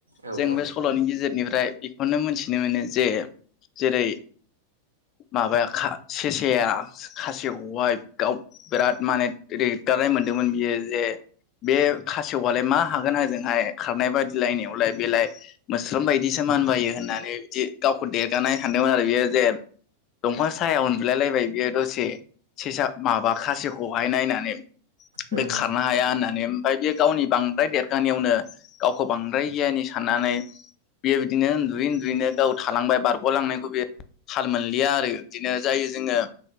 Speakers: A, on the right (about 75°); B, on the left (about 35°).
A: औ
B: जों
A: औ
B: बे सल'नि गेजेरनिफ्राय बेखौनो मोनथिनो मोनो जे जेरै माबाया खा सेसाया खासेवखौहाय गाव बिराद माने देगारनाय मोनदोंमोन बियो जे बे खासेवआलाय मा हागोन आजोंहाय खारनाय बादिलायनायावलाय बेलाय मोस्रोम बायदिसो मान बायो होननानै बिदि गावखौ देरगानाय सानदोंमोन आरो बियो जे दंफां साया उन बिलायलायबाय बेयो दसे सेसा माबा खासेवखौहाय नायनानै
A: उम
B: बे खारनो हाया होननानै बायदिया गावनि बांद्राय देरगानायावनो गावखौ बांद्राय गियानि साननानै बेयो बिदिनो उन्दुयै उन्दुयैनो गाव थालांबाय बारग'लांनायखौ बेयो थाल मोनलिया आरो इदिनो जायो जोङो